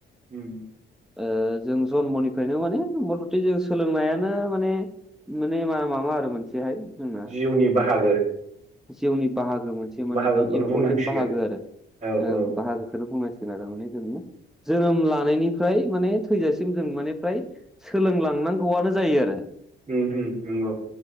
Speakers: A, on the right; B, in the centre.
A: उम।
B: ओ जों जन्मनिफ्रायनो माने <unintelligible> जों सोलोंनायानो माने माने मा माबा आरो मोनसेहाय जोंहा
A: जिउनि बाहागो।
B: जिउनि बाहागो मोनसे माने
A: बाहागोखौनो
B: बे इम्परटेन्ट
A: बुंनांसिगोन
B: बाहागो आरो
A: औ औ
B: बाहागोखौनो बुंनो <unintelligible> जोनोम लानायनिफ्राय माने थैजासिम जों माने फ्राय सोलोंलांनांगौआनो जायो आरो।
A: उम-उम नंगौ।